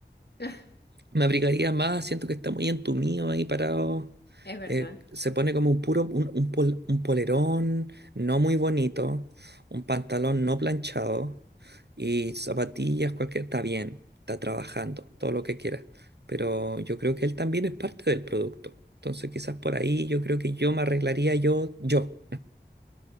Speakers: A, on the left; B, on the right.
A: <laughs>
B: Me abrigaría más, siento que está muy entumido ahí parado.
A: Es verdad.
B: eh, se pone como un puro, un, un pol- un polerón no muy bonito, un pantalón no planchado y zapatillas, cualquier, está bien, está trabajando, todo lo que quiera. Pero yo creo que él también es parte del producto. Entonces quizás por ahí yo creo que yo me arreglaría yo, yo,